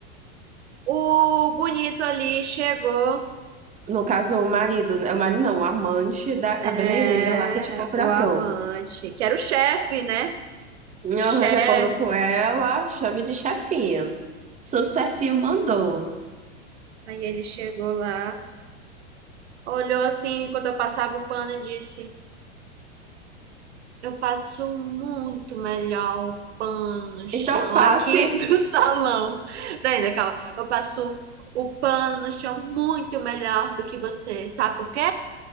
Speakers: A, on the right; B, on the right.
A: o bonito ali chegou.
B: No caso, o marido, né? O marido não, o amante da cabeleireira
A: É,
B: lá que te contratou.
A: o amante, que era o chefe, né?
B: Eu
A: Chefe.
B: arranjo acordo com ela, chame de chefinha. Seu chefinho mandou.
A: Aí ele chegou lá, olhou assim quando eu passava o pano e disse: Eu passo muito melhor o pano no chão
B: Então passe.
A: aqui do <laughs> salão. Peraí, ainda, calma. Eu passo o pano no chão muito melhor do que você. Sabe por quê?